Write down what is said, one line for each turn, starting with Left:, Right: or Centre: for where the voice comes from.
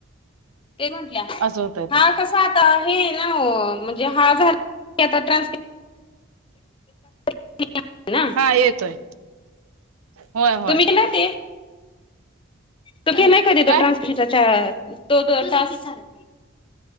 Left: ते म्हण ल्या
Right: असं होतं
Left: हा
Right: ते
Left: कसा आता हे ना ओ म्हणजे हा झाला. ते आता ट्रान्सक्रिप <inaudible> ना!
Right: हा येतोय. होय होय
Left: तुम्ही केलं, ते? तू केलाय कधी तो
Right: काय
Left: ट्रान्सक्रिपशनचा दो तो टास्क?